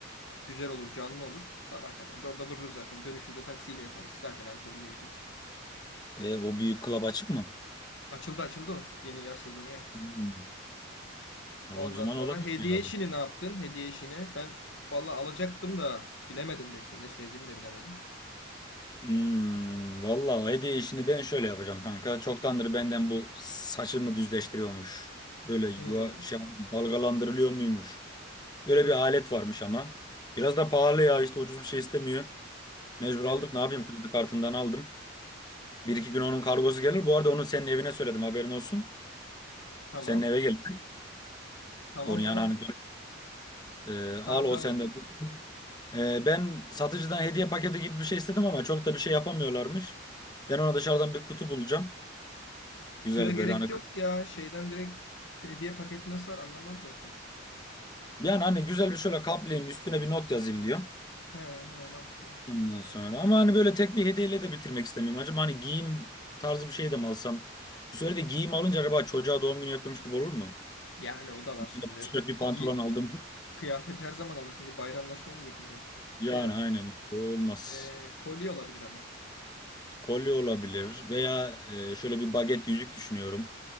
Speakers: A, on the left (about 60°); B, on the left (about 20°).
A: Güzel olur, canlı olur. Sabah kadar. da Orada dururuz zaten. Dönüşü de taksiyle yaparız. Zaten alkollü olacağız.
B: E, o büyük club açık mı?
A: Açıldı açıldı o. Yeni yaz sezonu ya.
B: Hmm. O
A: Ondan
B: zaman
A: sonra
B: olabilir
A: hediye
B: mi ya
A: işini
B: bu?
A: ne yaptın? Hediye işini ben valla alacaktım da bilemedim de işte. Ne sevdiğini de bilemedim.
B: Hmm, vallahi hediye işini ben şöyle yapacağım kanka. Çoktandır benden bu saçımı düzleştiriyormuş. Böyle yuva,
A: Hmm,
B: şey, dalgalandırılıyor muymuş? Böyle bir alet varmış ama. Biraz da pahalı ya işte ucuz bir şey istemiyor. Mecbur
A: evet.
B: aldık ne yapayım kredi kartından aldım. Bir iki gün onun kargosu gelir. Bu arada onu senin evine söyledim haberin olsun.
A: Tamam.
B: Senin eve gelecek.
A: Tamam
B: Onu
A: tamam.
B: yani hani Ee, al
A: Tamam
B: o
A: tamam
B: sende
A: yok yok.
B: dursun. Ee, ben satıcıdan hediye paketi gibi bir şey istedim ama çok da bir şey yapamıyorlarmış. Ben ona dışarıdan bir kutu bulacağım.
A: Kutuya
B: Güzel
A: gerek
B: böyle hani.
A: yok ya. Şeyden direkt hediye paketi nasıl var anlamaz zaten.
B: Yani hani güzel bir şöyle kaplayayım üstüne bir not yazayım diyor.
A: He, he, mantıklı.
B: Ondan sonra ama hani böyle tek bir hediyeyle de bitirmek istemiyorum. Acaba hani giyim tarzı bir şey de mi alsam? Bu sefer de giyim alınca acaba çocuğa doğum günü yapıyormuş gibi olur mu? <laughs>
A: Yani o da
B: Hani
A: var şimdi.
B: böyle bir tişört, bir pantolon
A: Gi
B: aldım.
A: kıyafet her zaman alırsın diye bayramlaşmaya mı götüreceksin? Şey
B: Yani
A: yap.
B: aynen o olmaz.
A: Ee, kolye olabilir ama.
B: Kolye olabilir veya e, şöyle bir baget yüzük düşünüyorum.